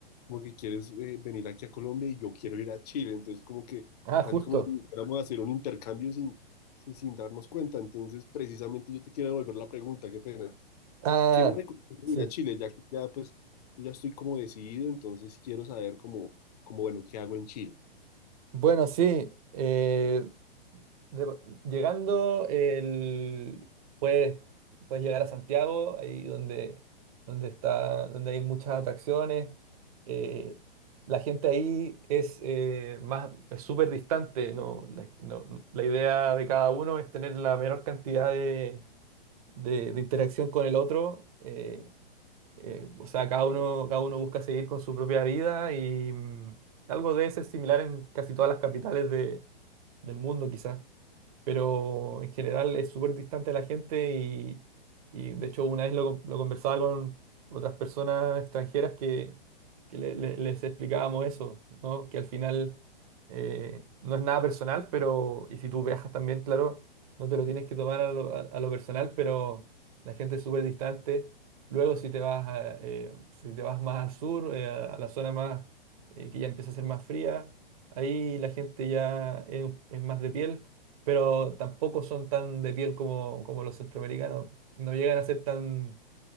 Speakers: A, on the left (about 45°); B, on the right (about 40°).
A: como que quieres eh, venir aquí a Colombia y yo quiero ir a Chile, entonces como que
B: Ah,
A: casi
B: justo.
A: como si fuéramos a hacer un intercambio sin, sin, sin darnos cuenta, entonces precisamente yo te quiero devolver la pregunta, qué pena.
B: Ah,
A: ¿Qué me recomiendas
B: sí.
A: ir a Chile? Ya que ya pues yo ya estoy como decidido, entonces quiero saber como, como bueno, ¿qué hago en Chile?
B: Bueno, sí. eh, de- llegando, el, puedes, puedes llegar a Santiago, ahí donde, donde está, donde hay muchas atracciones. eh, la gente ahí es eh, más, es súper distante, ¿no? La, no- la idea de cada uno es tener la menor cantidad de, de, de interacción con el otro. eh, Eh, o sea, cada uno, cada uno busca seguir con su propia vida y mm, algo debe ser similar en casi todas las capitales de, del mundo, quizás pero en general es súper distante a la gente y, y de hecho una vez lo, lo conversaba con otras personas extranjeras que, que le- le- les explicábamos eso, ¿no? Que al final eh, no es nada personal, pero y si tú viajas también, claro, no te lo tienes que tomar a lo, a- a lo personal, pero la gente es súper distante. Luego si te vas a, eh, si te vas más al sur, eh, a, a la zona más eh, que ya empieza a ser más fría, ahí la gente ya es es más de piel pero tampoco son tan de piel como, como los centroamericanos. No llegan a ser tan,